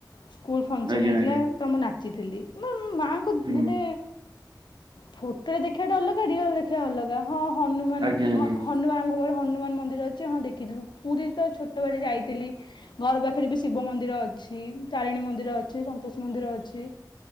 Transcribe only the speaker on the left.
ସ୍କୁଲ ଫଙ୍କସନ
ହେଇଥିଲା।
ଗୀତ ମୁଁ ନାଚିଥିଲି। ନାଁ ମୁଁ ମାଆଙ୍କୁ
ମାନେ ଫୋଟୋରେ ଦେଖିବା ଟା ଅଲଗା ରିଅଲରେ ଦେଖିବା ଅଲଗା, ହଁ ହନୁମାନ
ହନୁମାନଙ୍କ ହ ହନୁମାନ ମନ୍ଦିର ଅଛି ହଁ ଦେଖିଥିଲୁ ପୁରୀ ତ ଛୋଟବେଳେ ଯାଇଥିଲି। ଘର ପାଖରେ ବି ଶିବ ମନ୍ଦିର ଅଛି ତାରିଣୀ ମନ୍ଦିର ଅଛି ସନ୍ତୋଷ ମନ୍ଦିର ଅଛି।